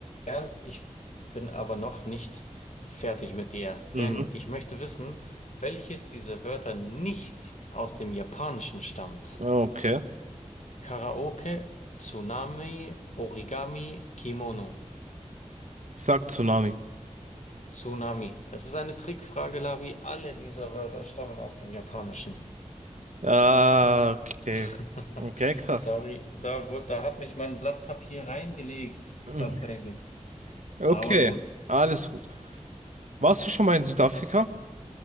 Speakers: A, on the left (about 70°); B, on the right (about 75°).
A: Bernd, ich bin aber noch nicht fertig mit dir,
B: Mhm.
A: denn ich möchte wissen, welches dieser Wörter nicht aus dem Japanischen stammt.
B: Okay.
A: Karaoke, Tsunami, Origami, Kimono.
B: Ich sag Tsunami.
A: Tsunami. Es ist eine Trickfrage, Labi. Alle dieser Wörter stammen aus dem Japanischen.
B: Ah, okay.
A: <laughs>
B: Okay, krass.
A: Sorry, da wurde, da hat mich mein Blatt Papier reingelegt,
B: Mhm.
A: tatsächlich.
B: Okay,
A: Aber gut.
B: alles gut. Warst du schon mal in Südafrika?